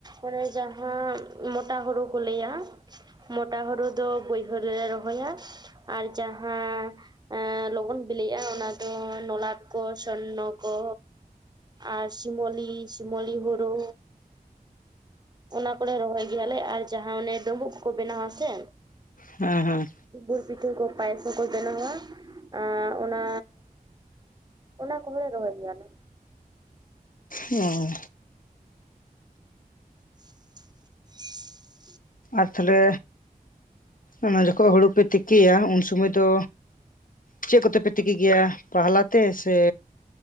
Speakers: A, on the right (about 25°); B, on the left (about 65°).
A: ᱚᱱᱮ ᱡᱟᱦᱟᱸ ᱢᱚᱴᱟ ᱦᱩᱲᱩ ᱠᱚ ᱞᱟᱹᱭᱟ ᱢᱚᱴᱟ ᱦᱩᱲᱩ ᱫᱚ ᱵᱟᱹᱭᱦᱟᱹᱲ ᱨᱮᱞᱮ ᱨᱚᱦᱚᱭᱟ ᱟᱨ ᱡᱟᱦᱟᱸ ᱮᱸ ᱞᱚᱜᱚᱱ ᱵᱤᱞᱤᱜ-ᱟ ᱚᱱᱟ ᱫᱚ ᱞᱚᱞᱟᱴ ᱠᱚ, ᱥᱚᱨᱱᱚ ᱠᱚ ᱟᱨ ᱥᱤᱢᱚᱞᱤ ᱥᱤᱢᱚᱞᱤ ᱦᱩᱲᱩ ᱚᱱᱟ ᱠᱚᱞᱮ ᱨᱚᱦᱚᱭ ᱜᱮᱭᱟᱞᱮ ᱟᱨ ᱡᱟᱦᱟᱸ ᱚᱱᱮ ᱰᱩᱸᱵᱩᱜ ᱠᱚᱠᱚ ᱵᱮᱱᱟᱣᱟᱥᱮ?
B: ᱦᱮᱸ ᱦᱮᱸ
A: ᱜᱩᱲ ᱯᱤᱴᱷᱟᱹ ᱠᱚ ᱯᱟᱭᱮᱥ ᱦᱚᱸᱠᱚ ᱵᱮᱱᱟᱣᱟ ᱟᱨ ᱚᱱᱟ ᱚᱱᱟ ᱠᱚᱦᱚᱸ ᱞᱮ ᱨᱚᱦᱚᱭ ᱜᱮᱭᱟ ᱞᱮ᱾
B: ᱚ
A: <inaudible>
B: ᱟᱨ ᱛᱟᱦᱞᱮ ᱚᱱᱟ ᱡᱚᱠᱷᱚᱡ ᱦᱩᱲᱩ ᱯᱮ ᱛᱤᱠᱤᱭᱟ ᱩᱱ ᱥᱚᱢᱚᱭ ᱫᱚ ᱪᱮᱫ ᱠᱚᱛᱮ ᱯᱮ ᱛᱤᱠᱤ ᱜᱮᱭᱟ ᱯᱟᱦᱞᱟ ᱛᱮ ᱥᱮ